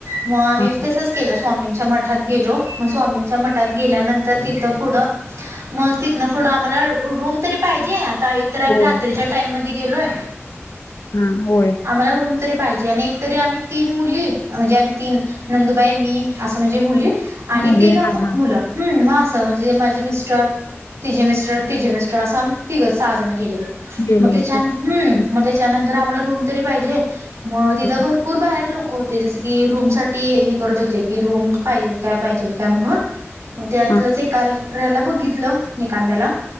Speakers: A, on the right (about 85°); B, on the left (about 75°).
A: मग आम्ही
B: हा
A: तसच केलो स्वामींच्या मठात गेलो मग स्वामींच्या मठात गेल्यानंतर तिथं पुढं मग तिथन पुढं आम्हाला रूम तरी पाहिजे. ता एक तर आम्ही
B: होय
A: रात्रीच्या टाइम मध्ये गेलोय.
B: हा होय.
A: आम्हाला रूम तरी पाहिजे आणि एक तरी आम्ही तीन मुली म्हणजे आम्ही तीन नंदुबाई मी असं म्हणजे मुली आणि
B: मुली
A: तीन अ
B: हा हा
A: मुलं हम् म असं म्हणजे माझे मिस्टर तिजे मिस्टर तिजे मिस्टर असं आम्ही तिघ सहाजण गेलेलो
B: गेलो
A: मग ते
B: होतो
A: छान
B: हम्म,
A: हम मग त्या त्यानंतर आम्हाला रूम तरी पाहिजे मग तिथं
B: होय.
A: भरपूर बाहेर लोक होते जसं की रूमस साठी हे करत होते की रूम पाहिजेल काय पाहिजेल काय म्हणून म त्यातलच
B: हा
A: एक काल तऱ्याला बघितलं निकांद्याला